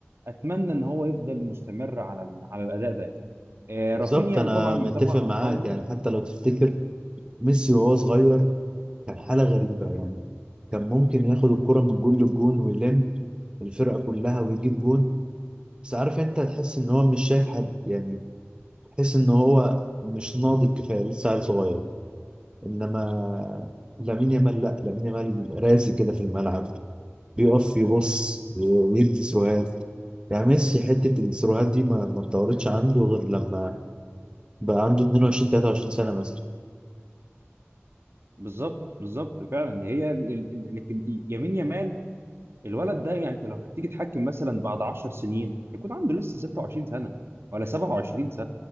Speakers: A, on the right; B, on the right.
A: اتمنى ان هو يفضل مستمر على ال- على الاداء ده آه،
B: بالظبط
A: رافينيا
B: انا
A: انا طبعا متابع
B: متفق معاك
A: ارقامه
B: يعني حتى لو تفتكر ميسي وهو صغير كان حاله غريبه يعني كان ممكن ياخد الكره من جون للجون ويلم الفرقه كلها ويجيب جون بس عارف انت تحس ان هو مش شايف حد يعني تحس ان هو مش ناضج كفايه لسه عيل صغير انما لامين يامال لا لامين يامال راسي كده في الملعب بيقف يبص ويدي سروهات يعني ميسي حته السروهات دي ما ما اتطورتش عنده غير لما بقى عنده 22 23 سنه مثلا
A: بالظبط بالظبط فعلا هي ال- ال- ال- لكن يمين يامال الولد ده يعني انت لو هتيجي تحكم مثلا بعد 10 سنين يكون عنده لسه 26 سنه ولا 27